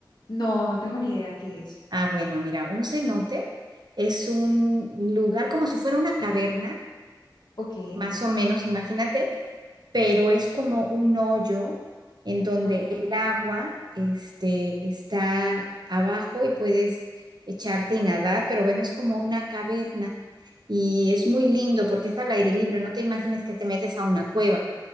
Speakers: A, on the left; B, on the right.
A: No, no tengo ni idea qué es.
B: Ah, bueno, mira, un cenote es un lugar como si fuera una caverna,
A: Ok,
B: más o menos, imagínate, pero es como un hoyo en donde
A: ok,
B: el agua, este, está abajo y puedes echarte y nadar, pero bueno, es como una caverna y es muy lindo porque está al aire libre, no te imagines que te metes a una cueva